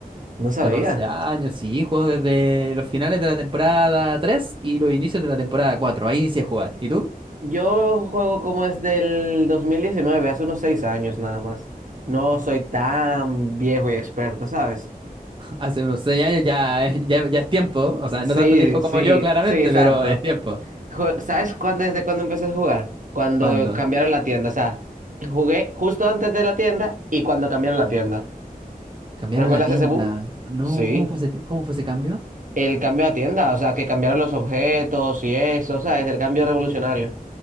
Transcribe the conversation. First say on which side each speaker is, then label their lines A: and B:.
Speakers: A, on the right (about 60°); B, on the right (about 35°).
A: No sabía.
B: 14 años, sí, juego desde los finales de la temporada 3 y los inicios de la temporada 4. ahí inicié a jugar. ¿Y tú?
A: Yo juego como es del 2019, hace unos seis años nada más. No soy tan viejo y experto, ¿sabes?
B: <laughs> Hace unos seis años ya, eh, ya, ya es tiempo, o sea,
A: Sí,
B: no tanto tiempo como
A: sí,
B: yo claramente,
A: sí, exacto.
B: pero es tiempo.
A: Jue- ¿Sabes cuándo, desde cuándo empecé a jugar? Cuando
B: ¿Cuándo?
A: cambiaron la tienda, o sea, jugué justo antes de la tienda y cuando cambiaron la tienda.
B: Cambiaron
A: ¿Recuerdas
B: la tienda.
A: ese boom?
B: No,
A: Sí.
B: ¿cómo fue ese, ti- cómo fue ese cambio?
A: El cambio a tienda, o sea, que cambiaron los objetos y eso, o sea, es el cambio revolucionario.